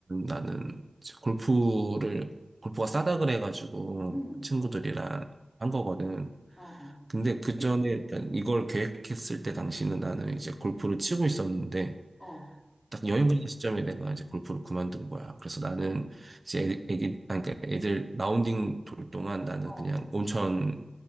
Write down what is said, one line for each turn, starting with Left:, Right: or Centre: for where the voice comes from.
Right: 나는 이제 골프를 골프가 싸다 그래가지고
Left: 응.
Right: 친구들이랑 한 거거든.
Left: 어, 어,
Right: 근데 그 전에 이걸 계획했을 때 당시는 나는 이제 골프를 치고 있었는데
Left: 어,
Right: 딱 여행 가는 시점에 내가 이제 골프를 그만둔 거야. 그래서 나는 이제 애- 애기 아니 그러니까 애들 라운딩 돌 동안 나는
Left: 어,
Right: 그냥 온천을